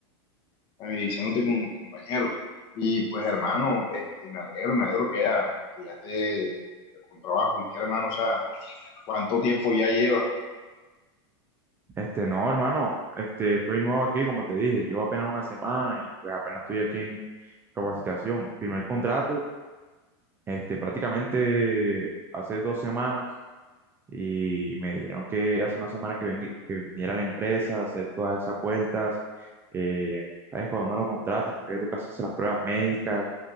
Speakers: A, on the left; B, on the right.
A: familiarizándote con compañeros. Y pues hermano, este, me alegro, me alegro que ya, que ya esté con trabajo. Y que hermano, o sea, ¿cuánto tiempo ya lleva?
B: Este, no, hermano, este, estoy nuevo aquí, como te dije, llevo apenas una semana y pues apenas estoy aquí en capacitación. Firmé el contrato, este, prácticamente hace dos semanas y me dijeron que hace una semana que, vengi- que viniera a la empresa a hacer todas esas vueltas. Eh, sabes, cuando no lo contratan, entre tú que haces las pruebas médicas,